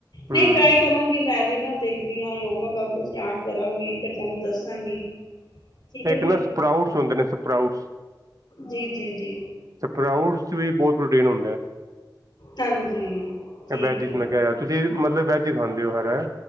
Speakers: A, on the right; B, on the left.
A: ਹੂੰ
B: ਨਈਂ ਟਰਾਈ ਕਰਾਂਗੀ ਮੈਂ ਵੀ ਨਾ ਦੇਖਦੀ ਆਂ, ਯੋਗਾ ਕਲ ਤੋਂ ਸਟਾਟ ਕਰਾਂਗੀ ਫਿਰ ਤੁਹਾਨੂੰ ਦੱਸਾਂਗੀ। ਠੀਕ ਹੈ
A: ਇੱਕ ਨਾ
B: ਜੀ
A: ਸਪ੍ਰਾਊਟਸ ਹੁੰਦੇ ਨੇ ਸਪ੍ਰਾਊਟਸ!
B: ਜੀ-ਜੀ-ਜੀ।
A: ਸਪਰਾਊਟਸ ਵੀ ਬੋਤ ਪ੍ਰੋਟੀਨ ਹੁੰਦੈ।
B: ਹਾਂਜੀ ਠੀਕ
A: ਵੈਜ ਇਚ
B: ਹੈ
A: ਮੇਂ ਕੈ ਰਿਆ, ਤੁਸੀਂ ਮਤਲਬ ਵੈਜ ਖਾਂਦੇ ਓ ਹਨਾ!